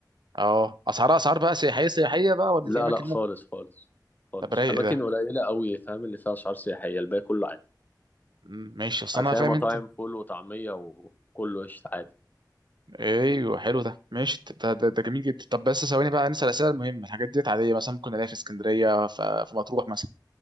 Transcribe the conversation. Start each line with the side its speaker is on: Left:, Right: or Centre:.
Right: اه اسعارها اسعار بقى سياحيه سياحيه بقى ولا
Left: لا
Right: في اماكن
Left: لا خالص
Right: ممكن
Left: خالص خالص
Right: طب رايق
Left: اماكن
Right: ده
Left: قليله قوي فاهم اللي فيها اسعار سياحيه الباقي كله عادي
Right: مم، ماشي اصل
Left: هتلاقي
Right: انا فاهم
Left: مطاعم
Right: انت
Left: فول وطعميه وكله قشطه عادي
Right: ايوه حلو ده ماشي ده, ده, ده جميل جدا طب بس ثواني بقى نسال الاسئله المهمه الحاجات ديت عاديه مثلا ممكن الاقيها في اسكندريه ف- في مطروح مثلا